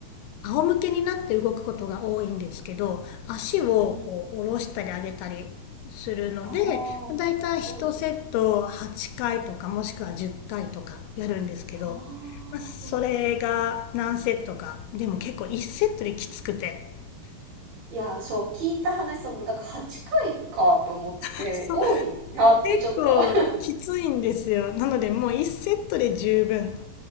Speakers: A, on the left; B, on the right.
A: 仰向けになって動くことが多いんですけど足をこう下ろしたり上げたりするのでだいたい1セット8回とかもしくは10回とかやるんですけど、
B: うん。ああ、うん。ああ、
A: まあ、それが何セットかでも結構1セットできつくて
B: うんうん。いや、そう、聞いた話、その、だから8回かいかと思って、
A: <laughs> そう
B: 多いなってちょっと。
A: 結構きついんですよなのでもう1セットで十分
B: <laughs> あ